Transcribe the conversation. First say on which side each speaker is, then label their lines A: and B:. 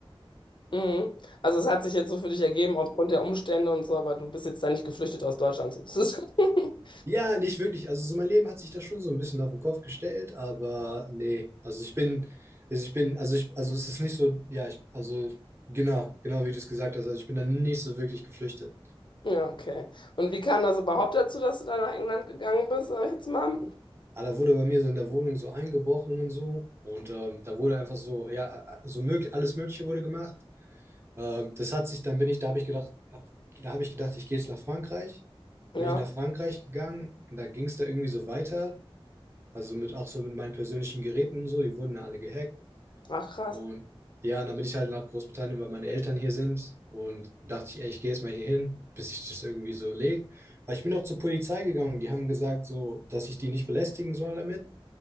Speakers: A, on the left (about 55°); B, on the right (about 25°).
A: Mhm. Also es hat sich jetzt so für dich ergeben aufgrund der Umstände und so, aber du bist jetzt da nicht geflüchtet aus Deutschland sozusagen. <laughs>
B: Ja, nicht wirklich. Also so mein Leben hat sich da schon so ein bisschen auf den Kopf gestellt, aber nee. Also ich bin, also ich bin, also ich, also es ist nicht so, ja, ich, also genau, genau wie du es gesagt hast. Also ich bin da nicht so wirklich geflüchtet.
A: Ja, okay. Und wie kam das überhaupt dazu, dass du da nach England gegangen bist, sag ich jetzt mal?
B: Aber da wurde bei mir so in der Wohnung so eingebrochen und so. Und ähm, da wurde einfach so, ja, so möglich, alles Mögliche wurde gemacht. Ähm, das hat sich, dann bin ich, da habe ich gedacht, ach, da habe ich gedacht, ich gehe jetzt nach Frankreich.
A: Ja,
B: Bin ich nach Frankreich gegangen und da ging es da irgendwie so weiter. Also mit auch so mit meinen persönlichen Geräten und so, die wurden ja alle gehackt.
A: ach krass.
B: Und ja, und dann bin ich halt nach Großbritannien, weil meine Eltern hier sind. Und dachte ich, ey, ich gehe jetzt mal hier hin, bis ich das irgendwie so legt. Aber ich bin auch zur Polizei gegangen. Die haben gesagt, so, dass ich die nicht belästigen soll damit.